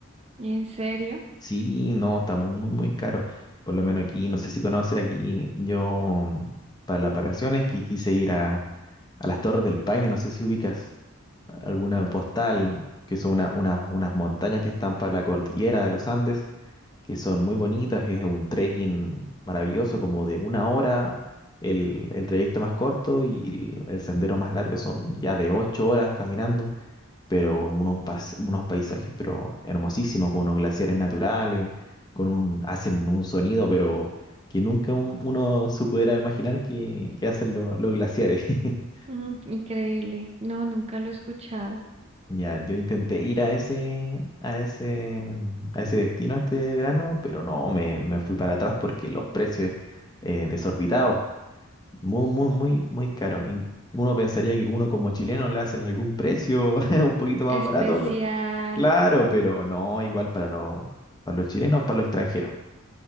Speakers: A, on the right; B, on the left.
A: ¿En serio?
B: Sí, no, estamos muy, muy caros. Por lo menos aquí, no sé si conoces aquí, yo mm, para las vacaciones qui- quise ir a, a las Torres del Paine, no sé si ubicas alguna postal, que son una- una- unas montañas que están para la cordillera de los Andes, que son muy bonitas, es un trekking maravilloso, como de una hora, el, el trayecto más corto y el, el sendero más largo son ya de ocho horas caminando, pero unos, pas- unos paisajes pero hermosísimos, con unos glaciares naturales, con un, hacen un sonido, pero que nunca un- uno se pudiera imaginar que, que hacen lo- los glaciares. <laughs>
A: Mm, increíble. No, nunca lo he escuchado.
B: Ya, yo intenté ir a ese, a ese, a ese destino este verano, pero no, me, me fui para atrás porque los precios eh, desorbitados, muy, muy, muy, muy caros. Y Uno pensaría que uno como chileno le hacen algún precio <laughs> un poquito más
A: Especial.
B: barato, pe- claro, pero no, igual para los, para los chilenos, para los extranjeros.